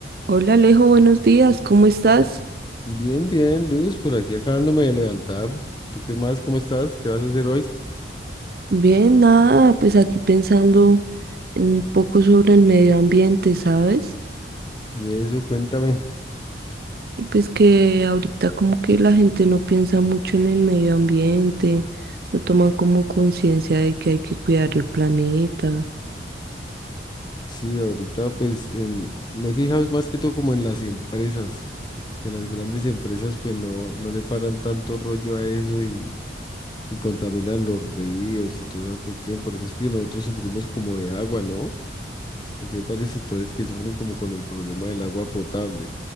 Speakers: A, on the right; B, on the left.
A: Hola Alejo, buenos días, ¿cómo estás?
B: Bien, bien, Luz, por aquí acabándome de levantar. ¿Tú qué más? ¿Cómo estás? ¿Qué vas a hacer hoy?
A: Bien, nada, pues aquí pensando un poco sobre el medio ambiente, ¿sabes?
B: Y eso, cuéntame.
A: Y pues que ahorita como que la gente no piensa mucho en el medio ambiente, no toman como conciencia de que hay que cuidar el planeta.
B: Sí, ahorita pues en- me he fijado más que todo como en las empresas, que las grandes empresas pues no, no le paran tanto rollo a eso y, y contaminan los ríos y toda esa cuestión. Por eso es que nosotros sufrimos como de agua, ¿no? Porque hay varios sectores que sufren como con el problema del agua potable,